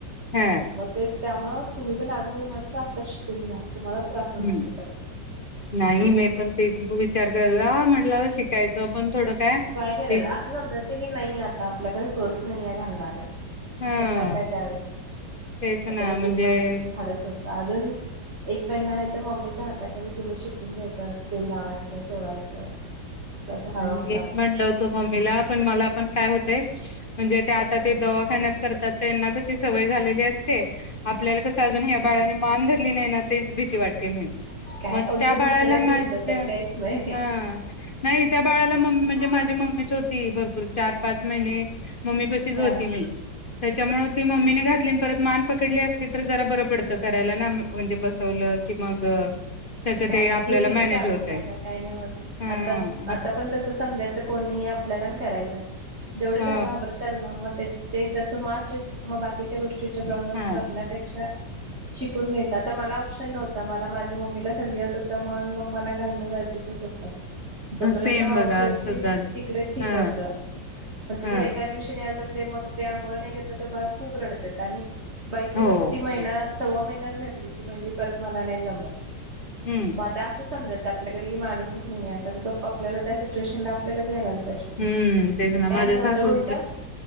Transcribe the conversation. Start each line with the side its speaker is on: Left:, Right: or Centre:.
Left: हा
Right: म तेच त्यामुळ तुम्ही पण अजून लहान त आत्ताच शिकून घ्या. तुम्हालाच त्रास होणार
Left: हूं
Right: नाही परत
Left: नाही मी पण तेच विचार करला म्हटला शिकायचं पण थोडं काय
Right: ट्राय करायच
Left: ते
Right: असं समजायचं की नाहीये आत आता आपल्याकडे सोर्स नाही ये घालणार
Left: हा
Right: करणार काय त्यावेेळेस
Left: तेच
Right: ऑटोमॅटिक
Left: ना म्हणजे
Right: मन धाडस होतं अजून एक महिना आहे तर मम्मीच्या हाताखाली तुम्ही शिकून घ्यायच तेल लावायचं चोळायचं शिकचं हळू
Left: आणि
Right: आपलं
Left: मीच
Right: आप
Left: म्हणलं होतं मम्मीला पण मला पण काय होत ते म्हणजे ते आता ते दवाखान्यात करतात त्यांना कशी सवय झालेली असते. आपल्याला कसं अजून ह्या बाळाने मान धर ली नाय ना तेच भीती वाट काय माहीत
Right: काय
Left: म
Right: उलट
Left: त्या बाळाला
Right: दुसरं आहे
Left: माझ्या
Right: तुमचं तर काहीच नाही
Left: हा नाही त्या बाळाला मम्मी म्हणजे माझी मम्मीच होती भरपूर चार पाच महिने मम्मी पाशीच
Right: हा
Left: होती मी त्यामुळं ती मम्मीन घातली परत मान पकडली असती तर जरा बर पडत करायला ना म्हणजे बसवलं की मग त्याच
Right: काय
Left: ते
Right: नाही
Left: आपल्याला
Right: हे भीती
Left: मॅनेज
Right: काढून
Left: होतय
Right: टाका काय नाही होत
Left: हा
Right: आता
Left: मग
Right: आता पण तस समजायचं कोण नायये आपल्याला कराय <inaudible> जेवढ्या
Left: ह
Right: त्या घाबरत्याल ना म ते ते तसं मासचिस मग बाकीच्या गोष् तीचे प्रॉब्लेम
Left: हा
Right: करण्या पेक्षा शिकून घ्यायचं आता मला ऑप्शन नव्हत. मला माझ्या मम्मीला संधीवात होता म्हणून मग मला घालणं गरजेचंच होतं. जोपर्यंत
Left: सेम
Right: मावशी
Left: बघा
Right: होती
Left: असंच झालं
Right: तिकडे ठीक
Left: हा
Right: होतं पण ती
Left: हा
Right: जर एकाच दिवशी नाइ आली तर ते मग ते आंघोळ नाही घातलं तर बाळ खूप रडतेत आणि बाईचं
Left: हो
Right: कसं ती महिना
Left: ते
Right: सव्वा महिन्यात घातली ति म्हणली परत मला नाही जमत.
Left: हम्म
Right: म आता आसच समजायचं आपल्याकडे की माणूसच नाही आता. गप् आपल्याला त्या सिच्युएशनला आपल्याला चं घालायला
Left: हम्म तेच ना
Right: काय
Left: माझ्या
Right: नाही होतं
Left: सासू
Right: उलटं,